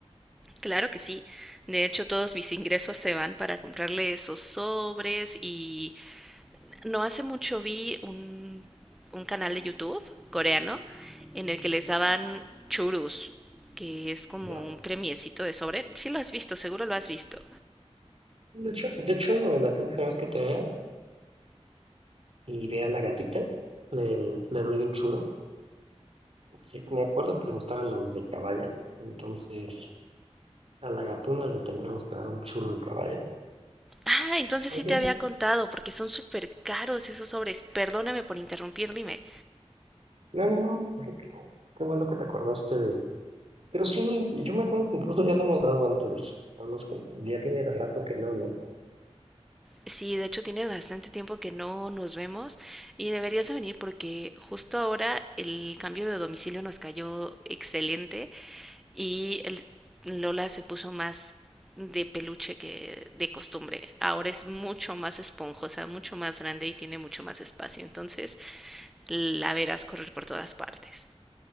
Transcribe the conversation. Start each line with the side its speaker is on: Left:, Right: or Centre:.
Centre: Claro que sí. De hecho, todos mis ingresos se van para comprarle esos sobres y No hace mucho vi un, un canal de YouTube coreano en el que les daban churus, que es como
Right: Ya.
Centre: un premiecito de sobre. Sí lo has visto, seguro lo has visto.
Right: De hecho, de hecho, la próxima vez que te vea y vea a la gatita, le, le doy un churo. Sí, me acuerdo que le gustaban los de caballa, entonces a la gatuna le tendremos que dar un churo de caballa.
Centre: Ah, entonces
Right: Oye,
Centre: sí te había contado, porque son súper caros esos sobres. Perdóname por interrumpir, dime.
Right: no, no, no, <laughs> qué bueno que te acordaste de... Pero sí, yo me acuerdo que incluso ya le hemos dado antes, nada más que ya tiene rato que no, ¿no?
Centre: Sí, de hecho tiene bastante tiempo que no nos vemos y deberías de venir porque justo ahora el cambio de domicilio nos cayó excelente y el- Lola se puso más de peluche que de costumbre. Ahora es mucho más esponjosa, mucho más grande y tiene mucho más espacio. Entonces la verás correr por todas partes.